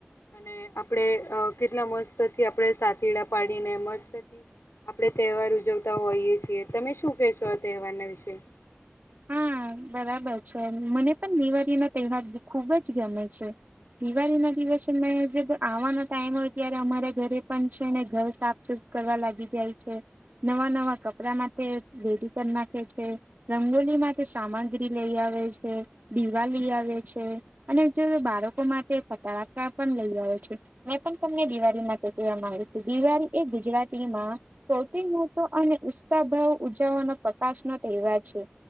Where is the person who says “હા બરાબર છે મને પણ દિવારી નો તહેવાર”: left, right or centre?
Right